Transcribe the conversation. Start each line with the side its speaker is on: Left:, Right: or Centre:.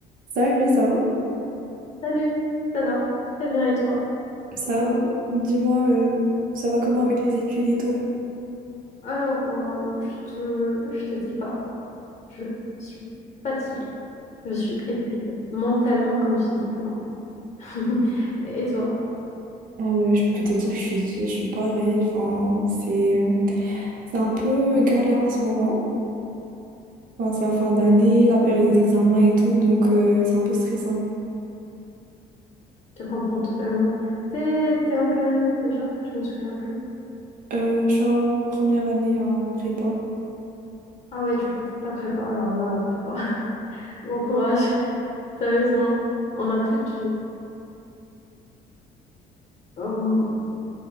Right: Salut, ça va?
Left: Salut, ça va? Très bien et toi?
Right: Ça va? Dis-moi, euh, ça va comment
Left: Oui.
Right: avec les études et tout?
Left: Alors, euh, je te, je te dis pas, je suis fatiguée. Je suis épuisée, mentalement comme physiquement. <laughs> Et toi?
Right: Euh, je peux te dire que je suis, je suis pareil. Enfin, c'est, euh, c'est un peu galère en ce moment. Enfin, c'est la fin d'année, la période des examens et tout, donc euh, c'est un peu stressant.
Left: Je te comprends totalement. T'es, t'es en quelle année déjà? Je me souviens plus.
Right: Euh, je suis en première année en prépa.
Left: Ah ouais, tu fais ta prépa. Alors là, la prépa. <laughs> Bon courage. Sérieusement, on n'a plus de vie. Euh,